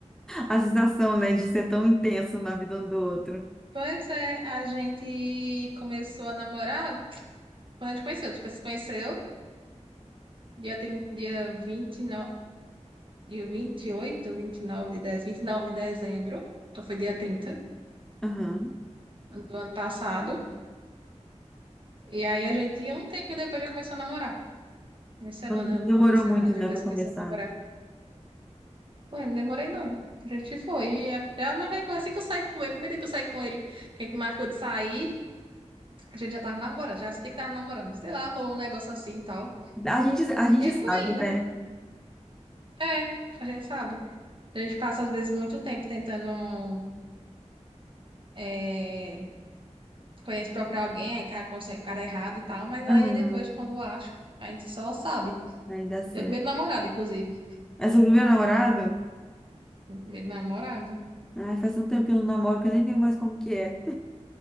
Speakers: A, in the centre; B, on the right (about 45°).
A: a sensação, né, de ser tão intenso na vida um do outro.
B: Pois é, a gente começou a namorar quando a gente conheceu. Tipo, se conheceu dia, 30, dia 29. dia vinte e 29 de dezembro, 29 de dezembro, então foi dia 30
A: Aham.
B: do ano passado. E aí a gente, um tempinho depois, já começou a namorar. Uma semana,
A: Não Demorou
B: uma, duas semanas
A: muito, né,
B: depois
A: pra começar.
B: começou a namorar. Pô, eu não demorei não. A gente foi. E até, ah, mas vai, assim que eu saí com ele, primeiro dia que eu saí com ele, que a gente marcou de sair, a gente já tava namorando, já senti que tava namorando. Sei lá, rolou um negócio assim e tal.
A: A gente, a gente
B: E aí
A: sabe,
B: foi indo.
A: né?
B: É, a gente sabe. A gente passa, às vezes, muito tempo tentando. é, conhece procurar alguém, aí cara, conse- cara é errado e tal, mas
A: Aham,
B: aí depois, quando acho, a gente só sabe.
A: Aí dá certo.
B: Meu primeiro namorado, inclusive.
A: Mas sobre o meu namorado,
B: Meu primeiro namorado.
A: ai, faz tanto tempo que eu não namoro que eu nem lembro mais como que é.